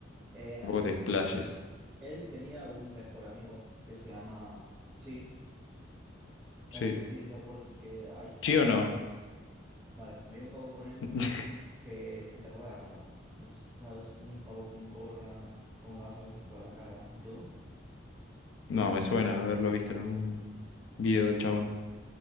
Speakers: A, in the centre; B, on the left.
A: Eh,
B: Tampoco te explayes.
A: él tenía un mejor amigo que se llama Chi, que
B: Sí.
A: no sé si te acuerdas que hay- había
B: ¿Sí o
A: un
B: no?
A: pa- vale, había un pavo con él
B: <laughs>
A: que se tapaba la cara. No sé si sabes, un pavo con gorra, con gafas, se tapaba la cara y todo.
B: No, me suena haberlo visto en algún video del chabón.